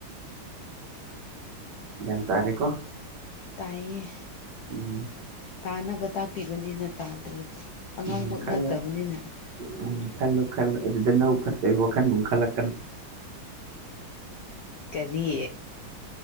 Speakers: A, on the right; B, on the left.
A: ꯒ꯭ꯌꯥꯟ ꯇꯥꯔꯦꯀꯣ
B: ꯇꯥꯏꯌꯦ
A: ꯎꯝ
B: ꯇꯥꯅꯕ ꯇꯥꯛꯄꯤꯕꯅꯤꯅ ꯇꯥꯗ꯭ꯔꯗꯤ ꯑꯉꯥꯡꯃꯛ
A: ꯎꯝ ꯈꯜꯂꯦ
B: ꯅꯠꯇꯕꯅꯤꯅ
A: ꯎꯝ ꯈꯜꯂꯨ ꯈꯜꯂꯨ ꯑꯗꯨꯗ ꯅꯕꯨꯛ ꯐꯠꯇꯕꯒꯤ ꯋꯥꯈꯟ ꯈꯜꯂꯛꯀꯅꯨ
B: ꯀꯔꯤ